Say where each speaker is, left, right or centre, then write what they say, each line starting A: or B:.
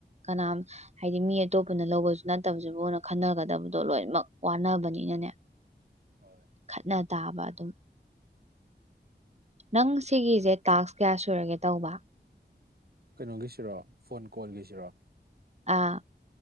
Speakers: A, on the right (about 35°); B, on the right (about 60°).
A: ꯀꯅꯥꯝ ꯍꯥꯏꯗꯤ ꯃꯤ ꯑꯇꯣꯞꯄꯅ ꯂꯧꯕꯁꯨ ꯅꯠꯇꯕꯁꯤꯕꯨꯅ ꯈꯟꯅꯒꯗꯕꯗꯣ ꯂꯣꯏꯅꯃꯛ ꯋꯥꯅꯕꯅꯤꯅꯅꯦ
B: ꯍꯣꯏ
A: ꯈꯠꯅ ꯇꯥꯕ ꯑꯗꯨꯝ ꯅꯪ ꯁꯤꯒꯤꯁꯦ ꯇꯥꯛꯁ ꯀꯌꯥ ꯁꯨꯔꯒꯦ ꯇꯧꯕ
B: ꯀꯩꯅꯣꯒꯤꯁꯤꯔꯣ ꯐꯣꯟ ꯀꯣꯜꯒꯤꯁꯤꯔꯣ
A: ꯑ